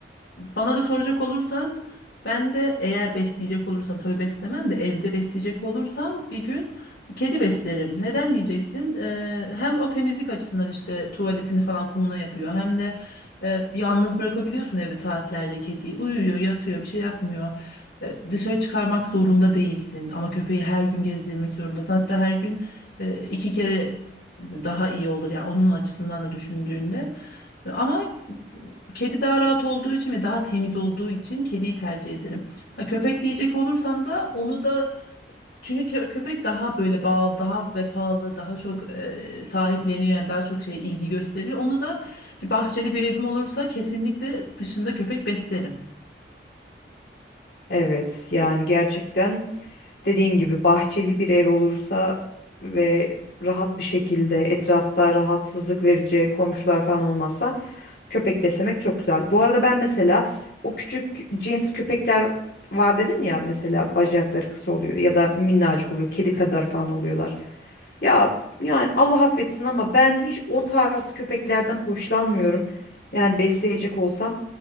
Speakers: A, on the left; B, on the left.
A: bana da soracak olursan ben de eğer besleyecek olursam tabii beslemem de evde besleyecek olursam bir gün kedi beslerim. Neden diyeceksin? Eee, hem o temizlik açısından işte tuvaletini falan kumuna yapıyor hem de eee, yalnız bırakabiliyorsun evde saatlerce kediyi. Uyuyor, yatıyor, bir şey yapmıyor. Eee, dışarı çıkarmak zorunda değilsin ama köpeği her gün gezdirmek zorundasın. Hatta her gün eee, iki kere daha iyi olur ya yani onun açısından da düşündüğünde. Ama kedi daha rahat olduğu için ve daha temiz olduğu için kediyi tercih ederim. Ha köpek diyecek olursan da onu da çünkü kö- köpek daha böyle bağlı, daha vefalı, daha çok e, sahipleniyor yani daha çok şey ilgi gösteriyor. Onu da bir bahçeli bir evim olursa kesinlikle dışında köpek beslerim.
B: Evet yani gerçekten dediğin gibi bahçeli bir ev olursa ve rahat bir şekilde etrafta rahatsızlık verici komşular falan olmazsa köpek beslemek çok güzel. Bu arada ben mesela o küçük cins köpekler var dedin ya mesela bacakları kısa oluyor ya da minnacık oluyor kedi kadar falan oluyorlar. Ya yani Allah affetsin ama ben hiç o tarz köpeklerden hoşlanmıyorum. Yani besleyecek olsam